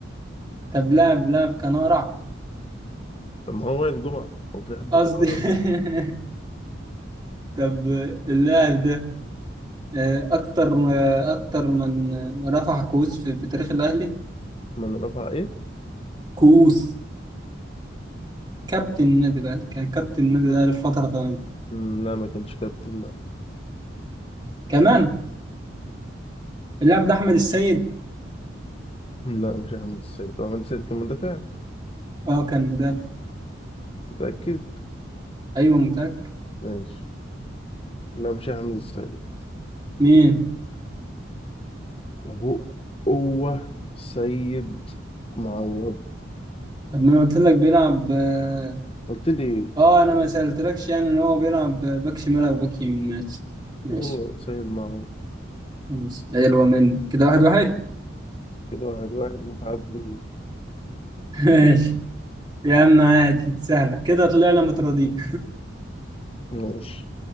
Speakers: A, on the right; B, on the left.
A: طب لاعب لاعب كان أقرع؟
B: طب ما هو وائل الجمعة هو في حد
A: قصدي
B: كان أقرب
A: <laughs>
B: له؟
A: طب اللاعب ده آه، اكتر آه، اكتر من من رفع كؤوس في, في تاريخ الاهلي
B: من رفع ايه؟
A: كؤوس كابتن النادي الاهلي كان كابتن النادي الاهلي في فتره طويله
B: مم، لا ما كانش كابتن لا
A: كمان اللاعب ده احمد السيد
B: مم، لا مش احمد السيد هو احمد السيد كان مدافع
A: اه كان مدافع
B: متأكد
A: ايوه متاكد
B: ماشي لا مش احمد السيد
A: مين
B: هو هو سيد معوض
A: طب ما انا قلت لك بيلعب اه
B: قلت لي
A: آه، انا ما سالتلكش يعني ان هو بيلعب باك شمال او باك يمين ماشي ماشي
B: هو سيد معوض
A: خلاص حلوه مني كده واحد واحد
B: كده واحد واحد متعدي
A: <laughs> ماشي يا عم عادي سهله كده طلعنا متراضيين
B: ماشي